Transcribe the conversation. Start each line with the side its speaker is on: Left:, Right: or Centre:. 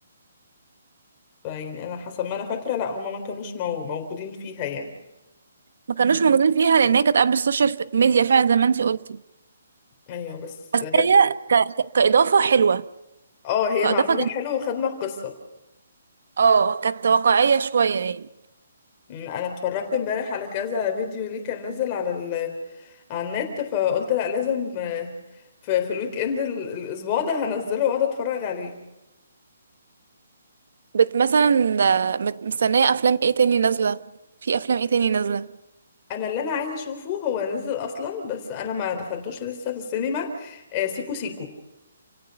Left: فيعني أنا حسب ما أنا فاكرة لا هما ما كانوش مو... موجودين فيها يعني
Right: ما كانوش موجودين فيها لان هي كانت قبل السوشيال ميديا فعلا زي ما انت قلتي
Left: أيوة بس
Right: بس هي ك... ك- كاضافه حلوه
Left: اه هي
Right: كاضافه
Left: معمولة
Right: جميلة.
Left: حلو وخدمة القصة
Right: اه كانت واقعيه شويه يعني
Left: م، أنا اتفرجت امبارح على كذا فيديو ليه كان نزل على ال... على النت فقلت لا لازم آه، في, في الويك إند ال... الأسبوع ده هنزله وأقعد أتفرج عليه
Right: بت مثلا آه، مت- مستنية أفلام ايه تاني نازلة في أفلام ايه تاني نازلة
Left: أنا اللي أنا عايزة أشوفه هو نزل أصلا بس أنا ما دخلتوش لسه في السينما آه، سيكو سيكو